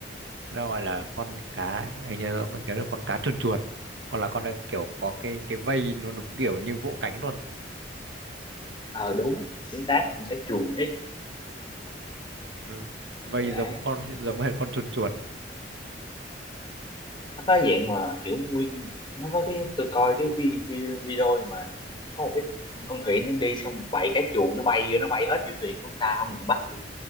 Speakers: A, on the right; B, on the left.
A: nó gọi là con cá hình như nó nhớ là con cá chuồn chuồn còn là con này kiểu có cái cái vây nó đúng kiểu như vỗ cánh luôn
B: ờ đúng chính xác con cá chuồn hết
A: nó vây
B: đấy
A: giống con giống hệt con chuồn chuồn
B: nó có dạng mà kiểu nguyên nó có cái tôi coi cái vi, vi, video mà có một cái con thuyền đang đi xong một bầy cá chuồn nó bay vô nó bay hết vô thuyền của người ta không ngừng bắt vô